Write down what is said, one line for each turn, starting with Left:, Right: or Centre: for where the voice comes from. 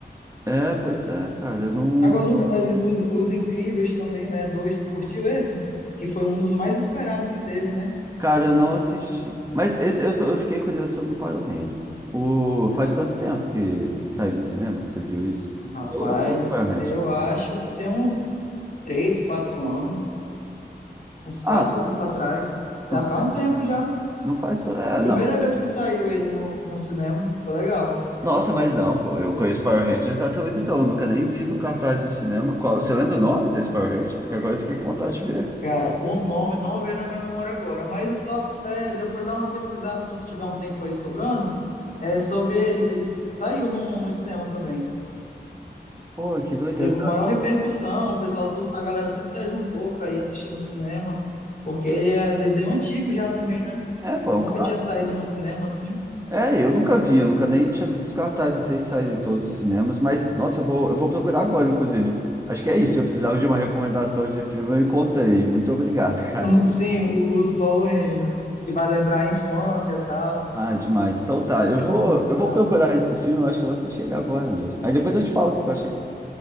Right: É, pois é, cara, eu não,
Left: Agora, nunca, eh, os, os Incríveis também, né? Dois, tu curtiu esse? Que foi um dos mais esperados que teve, né?
Right: cara, eu não assisti. Mas esse, eu, tô- eu fiquei curioso sobre o Power Ranger. O, faz quanto tempo que, que saiu no cinema que você viu isso?
Left: Rapaz,
Right: Eu, eu curto Power Ranger.
Left: eu acho que tem uns três, quatro anos, uns quatro
Right: Ah, não
Left: anos para trás. Já
Right: não
Left: faz
Right: faz,
Left: um tempo já.
Right: não faz, é,
Left: Primeira
Right: não.
Left: vez que saiu ele no, no cinema, foi legal.
Right: Nossa, mas não, pô. Eu conheço Power Rangers da televisão, eu nunca nem vi no cartaz do cinema. Qual, você lembra o nome desse Power Ranger? Porque agora eu fiquei com vontade de ver.
Left: Cara, o nome não veio na minha memória agora, mas é só é, depois dar uma pesquisada quando tiver um tempo aí sobrando. É sobre ele, que ele saiu no, no cinema também.
Right: Pô, que doideira.
Left: Deu maior repercussão, o pessoal, tudo- a galera tudo se juntou para ir assistir no cinema, porque ele é desenho antigo já também, né?
Right: É, pô, é
Left: Nunca
Right: um clássico.
Left: tinha saído no cinema assim.
Right: É, eu nunca vi, eu nunca nem tinha visto os cartazes, não sei se saíram em todos os cinemas, mas, nossa, eu vou, eu vou procurar agora, inclusive. Acho que é isso, eu precisava de uma recomendação de filme, eu encontrei. Muito obrigado,
Left: <laughs>
Right: <laughs> cara.
Left: o- Sim, o- os Power Rangers. Que vai lembrar a infância e tal.
Right: Ah, demais. Então tá, eu vou,
Left: Vai ser
Right: eu
Left: legal.
Right: vou procurar esse filme, eu acho que eu vou assistir ele agora mesmo. Aí depois eu te falo o que eu achei.